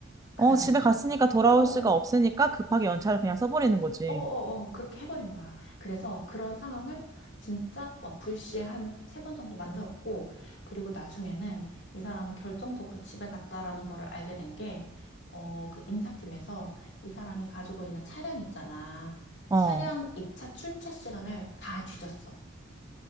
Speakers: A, on the left; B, on the right.
A: 그
B: 어,
A: 사람은.
B: 집에 갔으니까 돌아올
A: 어어어.
B: 수가 없으니까 급하게 연차를 그냥 써버리는 거지.
A: 어어어 그렇게 해버린 거야. 그래서 그런 상황을 진짜 와플씨 한 세 번 정도 만들었고 그리고 나중에는 이 사람은 결정적으로 집에 갔다라는 거를 알게 된 게 어 그 인사팀에서 이 사람이 가지고 있는 차량 있잖아.
B: 어.
A: 차량 입차 출차 시간을 다 뒤졌어.